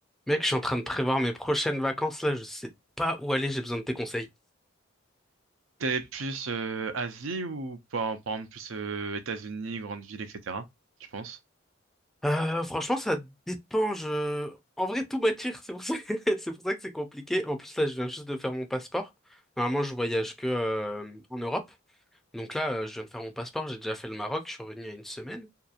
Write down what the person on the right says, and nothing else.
T'es plus euh, Asie ou par, par exemple plus euh, États-Unis, grandes villes, etc. Tu penses?